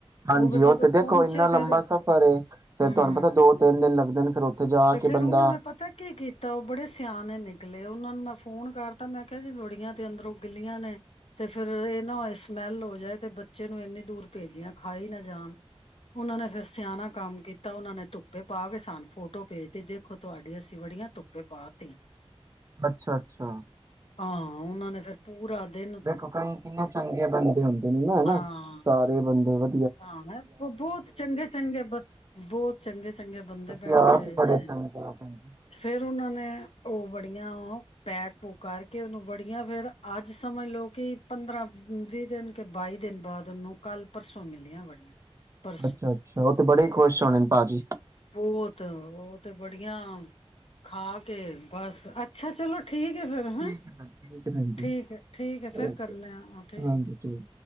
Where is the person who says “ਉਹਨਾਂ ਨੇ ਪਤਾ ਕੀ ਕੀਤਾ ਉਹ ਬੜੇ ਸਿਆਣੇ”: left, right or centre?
Left